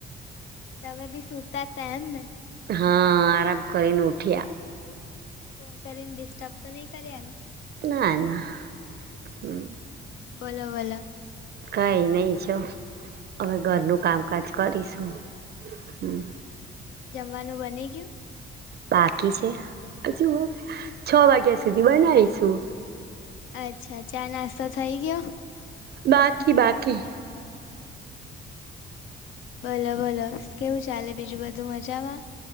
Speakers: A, on the left; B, on the right.
A: તમે બી સુતા હતા એમ ને.
B: હા આરામ કરીને ઉઠ્યા.
A: મેં ફોન કરીને ડિસ્ટર્બ તો ની કર્યા ને.
B: ના ના હમમ.
A: બોલો બોલો.
B: કઈ નઈ જો હવે ઘરનું કામકાજ કરીશું હમમ.
A: જમવાનું બની ગીયું?
B: બાકી છે. હજુ છ વાગ્યા સુધી બનાવીશું.
A: અચ્છા ચા નાસ્તો થઈ ગયો.
B: બાકી બાકી.
A: અચ્છા બોલો બોલો કેવું ચાલે બીજું બધું મજામાં.